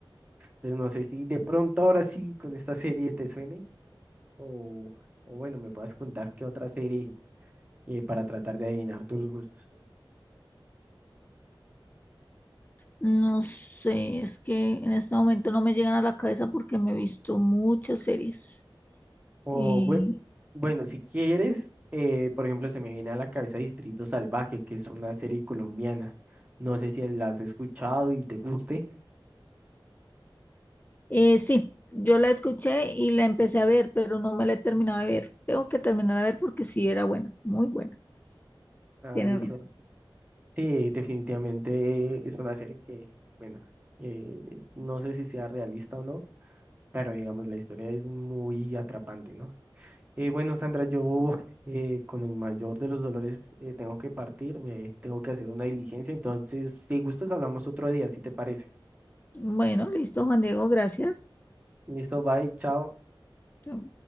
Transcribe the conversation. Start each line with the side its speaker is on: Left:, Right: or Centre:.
Right: Entonces no sé si de pronto ahora sí con esta serie te suene o, o bueno, me puedas contar qué otra serie eh, para tratar de adivinar tus gustos.
Left: No sé, es que en este momento no me llegan a la cabeza porque me he visto muchas series.
Right: O
Left: Y
Right: bue- bueno, si quieres, eh, por ejemplo, se me viene a la cabeza Distrito Salvaje, que es una serie colombiana. No sé si la has escuchado y te guste.
Left: eh, sí, yo la escuché y la empecé a ver, pero no me la he terminado de ver. Tengo que terminar a ver porque sí era buena, muy buena. Sí,
Right: Ah,
Left: Tienes
Right: Bien. listo.
Left: razón.
Right: Sí, definitivamente es una serie que, bueno, eh, no sé si sea realista o no, pero digamos, la historia es muy atrapante, ¿no? Eh, bueno, Sandra, yo eh, con el mayor de los dolores eh, tengo que partir, me tengo que hacer una diligencia, entonces, si gustas, hablamos otro día, si te parece.
Left: Bueno, listo, Juan Diego, gracias.
Right: Listo, bye, chao.
Left: Chao.